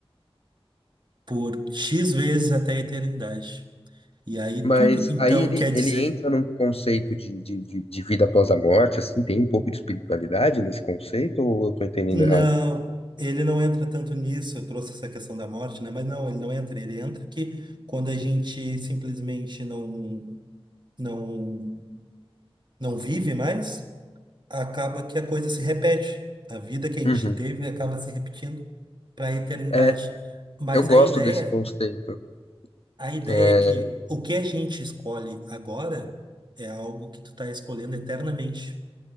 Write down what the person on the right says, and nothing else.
por X vezes até a eternidade. E aí
tudo, então,
quer dizer
Não,
ele não entra tanto nisso. Eu trouxe essa questão da morte, né? Mas não, ele não entra. Ele entra que quando a gente simplesmente não não não vive mais, acaba que a coisa se repete. A vida que a gente
teve acaba se repetindo para a eternidade.
Mas
a ideia,
a ideia
é que o que a gente escolhe agora é algo que tu está escolhendo eternamente.